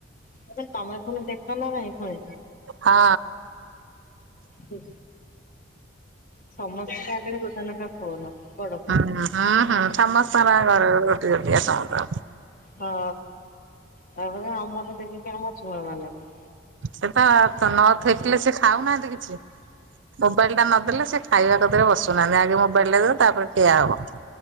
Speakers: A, on the left (about 45°); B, on the right (about 80°).
A: ମୁଁ କହିଲି ତମେ ପୁଣି ଦେଖ ନା ନାହିଁ ପୁଣି?
B: ହଁ।
A: ହୁଁ। ସମସ୍ତଙ୍କ ଆଗରେ ଗୋଟା ନାଖା ଫୋନ୍ ବଡ ଫୋନ୍।
B: ହଁ ହଁ ହଁ ସମସ୍ତଙ୍କର ଘରେ ଗୋଟି ଗୋଟିଆ ସମସ୍ତଙ୍କର।
A: ହଁ ତାପରେ ଆମଠୁ ଦେଖିକି ଆମ ଛୁଆ ମାନେ ବି।
B: ସେତ ତନ ନଥୋଇଥିଲେ ସେ ଖାଉନାହାନ୍ତି କିଛି। ମୋବାଇଲି ଟା ନଦେଲେ ସେ ଖାଇବା କତିରେ ବସୁନାହାନ୍ତି। ଆଗେ ମୋବାଇଲିଟା ଦେବେ ତାପରେ ଖିଆ ହବ।